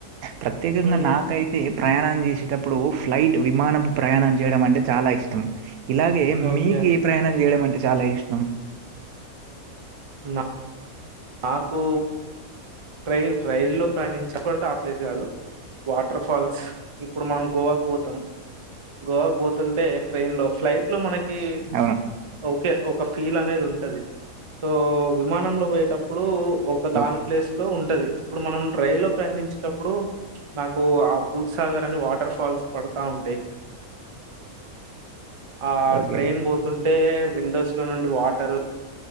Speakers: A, on the right; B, on the right.
A: ప్రత్యేకంగా
B: హ్మ్.
A: నాకైతే ప్రయాణం చేసేటప్పుడు ఫ్లైట్ విమానపు ప్రయాణం చేయడం అంటే చాలా ఇష్టం ఇలాగే
B: ఓకే.
A: మీకు ఏ ప్రయాణం చేయడం అంటే చాలా ఇష్టం
B: నా నాకు ట్రైన్ రైల్లో ప్రయాణించకడితే ఆ ప్లేస్ కాదు వాటర్ ఫాల్స్ ఇప్పుడు మనం గోవాకు పోతాం గోవాకు పోతుంటే ట్రైన్ లో ఫ్లైట్ లో మనకి కి
A: అవును.
B: ఓకే ఒక ఫీల్ అనేది ఉంటది సో విమానంలో పోయేటప్ ఇప్పుడు ఒక దాని
A: ఓకే.
B: ప్లేస్ లో ఉంటది ఇప్పుడు మనం రైల్లో ప్రయాణించేటప్పుడు నాకు ఆ దూత్సాగర్ అని వాటర్ ఫాల్స్ పడతా ఉంటాయి. ఆ
A: ఓకే.
B: ట్రైన్ పోతుంటే విండోస్ లో నుండి వాటర్